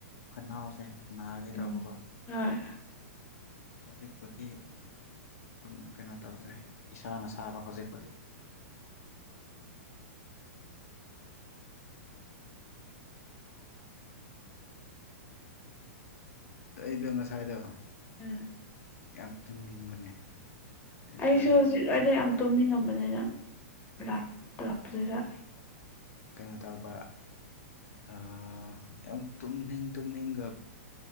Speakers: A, on the left (about 80°); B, on the left (about 20°).
A: ꯈꯅꯥꯎꯁꯦ꯫ ꯅꯥꯒꯦ
B: ꯎꯝ
A: ꯇꯧꯕꯀꯣ꯫
B: ꯍꯣꯏ
A: ꯍꯧꯖꯤꯛꯄꯨꯗꯤ ꯑꯗꯨꯝ ꯀꯩꯅꯣ ꯇꯧꯗ꯭ꯔꯦ ꯏꯁꯥꯅ ꯁꯥꯥꯕ ꯍꯧꯖꯤꯛ꯫ ꯫ ꯑꯩꯗꯣ ꯉꯁꯥꯏꯗꯣ꯫
B: ꯎꯝ꯫
A: ꯌꯥꯝ ꯇꯨꯝꯅꯤꯡꯕꯅꯦ꯫ ꯑꯗ
B: ꯑꯩꯁꯨ ꯍꯧꯖꯤꯛ ꯋꯥꯏꯗ ꯌꯥꯝ ꯇꯨꯝꯅꯤꯡꯉꯝꯕꯅ‌ꯦ ꯅꯪ ꯂꯥꯛꯇꯔꯛꯄꯗꯨꯗ꯫
A: ꯀꯩꯅꯣ ꯇꯧꯕ ꯑꯥ ꯌꯥꯝ ꯇꯨꯝꯅꯤꯡ ꯇꯨꯝꯅꯤꯡꯒ꯫